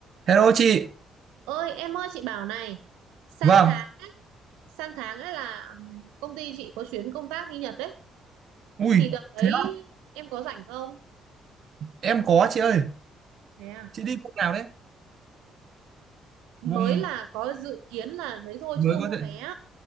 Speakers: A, on the right; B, on the right.
A: Hello chị.
B: ơi em ơi chị bảo này sang
A: Vâng.
B: tháng sang tháng ấy là ừm, công ty chị có chuyến công tác đi Nhật đấy
A: Ui,
B: thì đợt đấy
A: thế á?
B: em có rảnh không
A: em có chị ơi.
B: thế à
A: Chị đi vùng nào đấy?
B: mới
A: Vùng
B: là có dự kiến là đấy thôi
A: mới
B: chưa mua
A: có thể.
B: vé